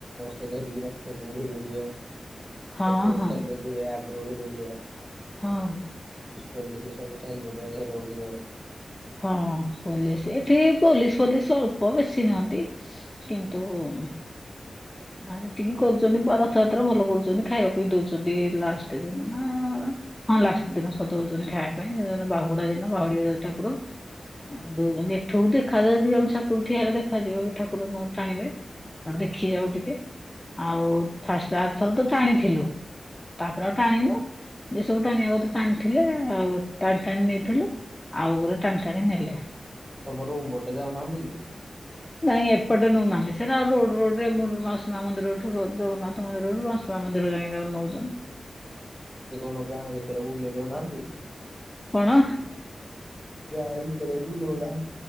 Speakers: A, in the centre; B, on the left (about 15°).
A: ର ଧରିକି ରଥକୁ ଭିଡୁ ଦେବେ
B: ହଁ
A: ପଛରୁ
B: ହଁ
A: ଚାଲଥିବେ ଆଗରୁ ଭିଡୁ ଦେବେ।
B: ହଁ।
A: ପୋଲିସ ସବୁ ଚାରିପଟେ ଘେରଉ ଯିବେ।
B: ହଁ ପୋଲିସ ଏଠି ପୋଲିସ ପୋଲିସ ଅଳ୍ପ ବେଶୀ ନୁହନ୍ତି କିନ୍ତୁ ହୁଁ। ଆ ଯେତିକି କରୁଛନ୍ତି ରଥ ଯାତ୍ରା ଭଲ କରୁଛନ୍ତି ଖାଇବାକୁ ବି ଦଉଛନ୍ତି ଲାଷ୍ଟରେ <unintelligible> ହଁ ଲାଷ୍ଟ ଦିନ ଖୋଦଉଛନ୍ତି ଖାଇବା ପାଇଁ ସେଦ ବାହୁଡା ଦିନ ବାହୁଡିବେ ଠାକୁର। ଦଉଛନ୍ତି ଏଠୁ ଦେଖାଯାଉ ଯିବ ଆମ ଛାତରୁ ଠିଆହେଲେ ଦେଖାଯିବ ବି ଠାକୁର ଟାଣିବେ। ଦେଖି ଯାଉ ଟିକେ ଆଉ ଫାଷ୍ଟ ଆରଥର ତ ଟାଣିଥିଲୁ। ତାପରେ ଆଉ ଟାଣିନୁ ଯେ ସବୁ ଟାଣିବା ଟାଣିଥିଲେ ଆଉ ଟାଣି ଟାଣି ନେଇଥିଲୁ। ଆଉ ଗୁରେ ଟାଣି ଟାଣି ନେଲେ।
A: ତମର ରୁମ୍ ବୋଟେ ଯାଉନାହାନ୍ତି କି?
B: ନାଇଁ ଏପଟେ ନଉନାହାନ୍ତି ସେରା ରୋଡ ରୋଡରେ ମୁଁ ମାସ ମନ୍ଦିର ଜଗନ୍ନାଥ ମନ୍ଦିରରୁ ମାସ ମନ୍ଦିର ଯାଇ ତାକୁ ନଉଛନ୍ତି।
A: ଯେ କଣ ଗାଁ ଭିତରେ ବୁଲେଇ ଦଉନାହାନ୍ତି।
B: କଣ?
A: ଗାଁ ଭିତରେ ବୁଲୁ ହେଲା